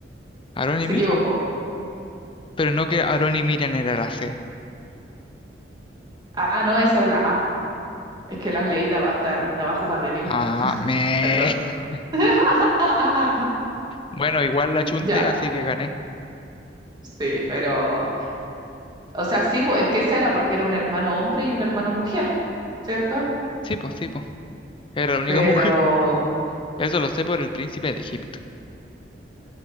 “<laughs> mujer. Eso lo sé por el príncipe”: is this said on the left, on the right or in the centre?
Left